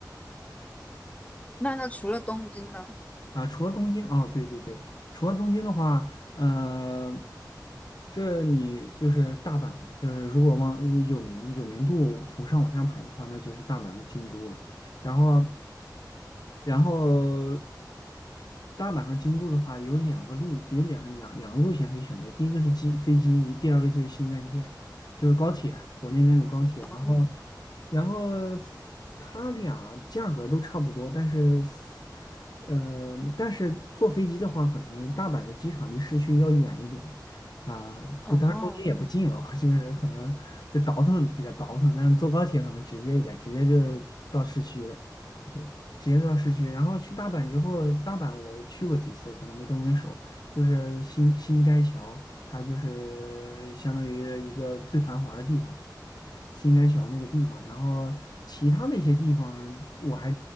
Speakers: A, on the left; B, on the left.
A: 那那除了东京呢？
B: 啊，除了东京，哦，对对对，除了东京的话，嗯，这你就是大阪嘛，就是如果往有名有名度从上往下排的话，那就是大阪跟京都了。然后，然后大阪和京都的话，有两个路，有两两两个路线可以选择。第一个是机飞机，第二个就是新干线，就是高铁，国内那种高铁。
A: 哦
B: 然后，然后它俩价格都差不多，但是。嗯，但是坐飞机的话，可能大阪的机场离市区要远一点啊。
A: 哦
B: 都、当然东京也不近了，<laughs> 就是可能这倒腾比较倒腾，但是坐高铁可能直接一点，直接就到市区了。对，直接到市区。然后去大阪之后，大阪我去过几次，可能没东京熟。就是新新斋桥，它就是相当于一个最繁华的地方。新斋桥那个地方，然后其他的一些地方我还